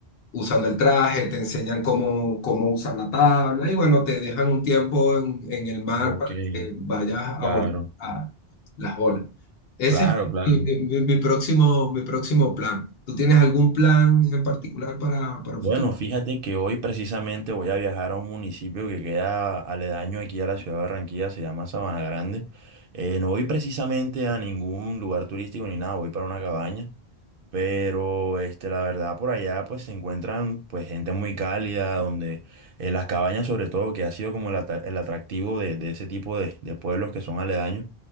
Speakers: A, on the left; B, on the right.
A: usando el traje, te enseñan cómo, cómo usar la tabla y bueno, te dejan un tiempo en, en el mar
B: Ok,
A: para que vayas a abordar
B: claro,
A: a las olas. Ese
B: claro,
A: es
B: claro.
A: mi, mi- mi mi próximo, mi próximo plan. ¿Tú tienes algún plan en particular para, para
B: Bueno,
A: el futuro?
B: fíjate que hoy precisamente voy a viajar a un municipio que queda aledaño aquí a la ciudad de Barranquilla, se llama Sabana Grande. Eh, no voy precisamente a ningún lugar turístico ni nada, voy para una cabaña pero este, la verdad, por allá pues se encuentran pues gente muy cálida, donde eh, las cabañas sobre todo, que ha sido como el, ata- el atractivo de, de ese tipo de, de pueblos que son aledaños,